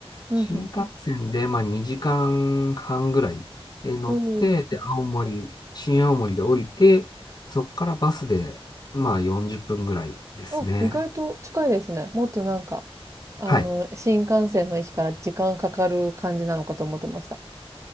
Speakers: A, on the right (about 30°); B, on the left (about 40°).
A: うん、
B: 新幹線で、
A: うん、うん。
B: まあ、2時間半ぐらいえー乗って、
A: おー。
B: で、青森、新青森で降りて、そこからバスで、まあ、40分ぐらいですね。
A: あ、意外と近いですね。もっとなんか、あの、
B: はい。
A: 新幹線の駅から時間かかる感じなのかと思ってました。